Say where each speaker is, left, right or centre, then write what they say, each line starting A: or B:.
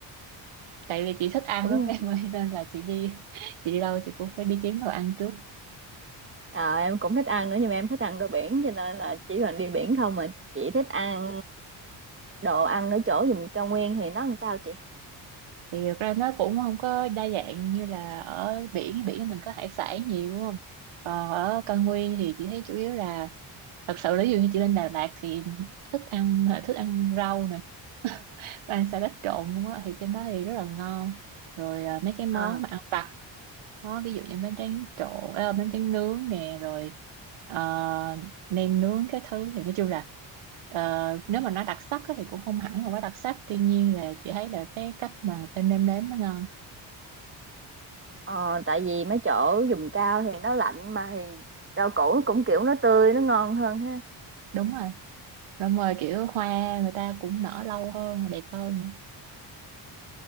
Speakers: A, on the right; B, on the right.
A: tại vì chị thích ăn
B: đúng
A: lắm
B: rồi.
A: em ơi nên là chị đi <laughs> chị đi đâu chị cũng phải đi kiếm đồ ăn trước
B: Ờ, em cũng thích ăn nữa nhưng mà em thích ăn đồ biển cho nên là chỉ cần đi biển không mà chị thích ăn đồ ăn ở chỗ vùng cao nguyên thì nó làm sao chị
A: thì thật ra nó cũng không có đa dạng như là ở biển biển mình có hải sản nhiều đúng không còn ở cao nguyên thì chị thấy chủ yếu là thật sự là ví dụ như chị lên Đà Lạt thì thức ăn thức ăn rau nè <laughs> ăn salad trộn luôn á thì trên đó thì rất là ngon rồi à, mấy cái món
B: Ờ,
A: mà ăn vặt đó ví dụ như bánh tráng trộn à, bánh tráng nướng nè rồi ờ, nem nướng cái thứ thì nói chung là ờ, nếu mà nó đặc sắc á thì cũng không hẳn là quá đặc sắc tuy nhiên là chị thấy là cái cách mà người ta nêm nếm nó ngon
B: ờ, tại vì mấy chỗ vùng cao thì nó lạnh mà thì rau củ nó cũng kiểu nó tươi nó ngon hơn ha
A: đúng rồi rồi mời kiểu hoa người ta cũng nở lâu hơn và đẹp hơn nữa.